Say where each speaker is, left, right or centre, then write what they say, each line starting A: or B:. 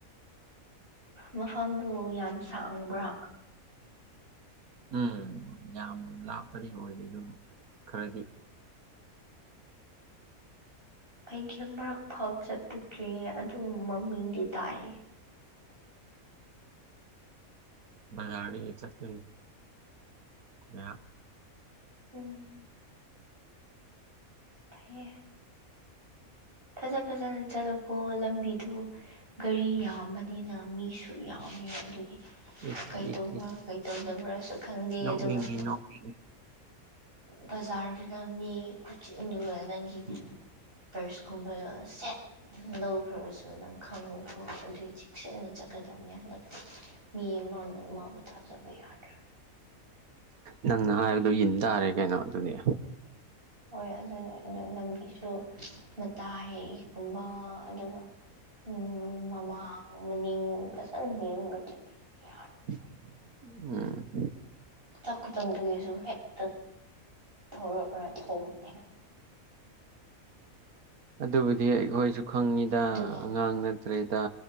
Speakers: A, on the right (about 40°); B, on the right (about 85°).
A: ꯃꯐꯝꯗꯨ ꯌꯥꯝ ꯁꯥꯡꯕ꯭ꯔꯥ
B: ꯎꯝ ꯌꯥꯝ ꯂꯥꯞꯄꯗꯤ ꯑꯣꯏꯗꯦ ꯑꯗꯨꯕꯨ ꯈꯔꯗꯤ
A: ꯑꯩꯒꯤ ꯃꯔꯛꯐꯥꯎ ꯆꯠꯄꯀꯤ ꯑꯗꯨꯝ ꯃꯃꯤꯡꯗꯤ ꯇꯥꯏꯌꯦ
B: ꯕꯖꯥꯔꯗꯒꯤ ꯆꯠꯀꯅꯤ ꯉꯥꯏꯍꯥꯛ
A: ꯎꯝ ꯐꯩꯌꯦ ꯐꯖ ꯐꯖꯅ ꯆꯠꯂꯣꯀꯣ ꯂꯝꯕꯤꯗꯨ ꯒꯥꯔꯤ ꯌꯥꯝꯕꯅꯤꯅ ꯃꯤꯁꯨ ꯌꯥꯝꯃꯦ ꯑꯗꯨꯒꯤ
B: ꯏꯁ
A: ꯀꯩ ꯇꯧꯕ꯭ꯔꯥ
B: ꯏꯁ ꯏꯁ
A: ꯀꯩ ꯇꯧꯗꯕ꯭ꯔꯁꯨ ꯈꯪꯗꯦ
B: ꯅꯣꯛꯅꯤꯡꯉꯤ
A: ꯑꯗꯨꯒ
B: ꯅꯣꯛꯅꯤꯡ
A: ꯕꯖꯥꯔꯗꯨꯗ ꯃꯤ ꯈꯨꯆꯤꯟꯗꯨꯒ ꯅꯪꯒꯤ ꯄꯔꯁ ꯀꯨꯝꯕ ꯁꯦꯠ ꯂꯧꯈ꯭ꯔꯕꯁꯨ ꯅꯪ ꯈꯪꯉꯣꯏꯀꯣ ꯑꯗꯨꯏ ꯆꯦꯛꯁꯤꯟꯅ ꯆꯠꯀꯗꯕꯅꯤ ꯍꯟꯗꯛꯇꯤ ꯃꯤ ꯑꯃꯅ ꯑꯃꯕꯨ ꯊꯖꯕ ꯌꯥꯗ꯭ꯔꯦ꯫
B: ꯅꯪꯅ ꯍꯥꯏꯕꯗꯨ ꯏꯟ ꯇꯔꯦ ꯀꯩꯅꯣ ꯑꯗꯨꯗꯤ꯫
A: ꯍꯣꯏ ꯑꯗꯨꯅꯤ ꯑꯗꯨ ꯂꯝꯕꯤꯁꯨ ꯃꯇꯥꯏꯒꯨꯝꯕ ꯑꯗꯨꯒ ꯎꯝ ꯃꯃꯥꯡ ꯃꯅꯤꯡ ꯐꯖꯅ ꯌꯦꯡꯉ ꯆꯠꯇ꯭ꯔꯥꯗꯤ ꯌꯥꯔꯣꯏ꯫
B: <unintelligible> ꯎꯝ꯫
A: ꯈꯨꯊꯛ ꯈꯨꯊꯛꯇꯒꯤꯁꯨ ꯍꯦꯛꯇ ꯊꯣꯔꯛꯂ ꯊꯣꯡꯕꯅꯦ꯫
B: ꯑꯗꯨꯕꯨꯗꯤ ꯑꯩꯈꯣꯏꯁꯨ ꯈꯪꯉꯤꯗ
A: ꯑꯗꯨꯒ
B: ꯑꯉꯥꯡ ꯅꯠꯇ꯭ꯔꯦꯗ꯫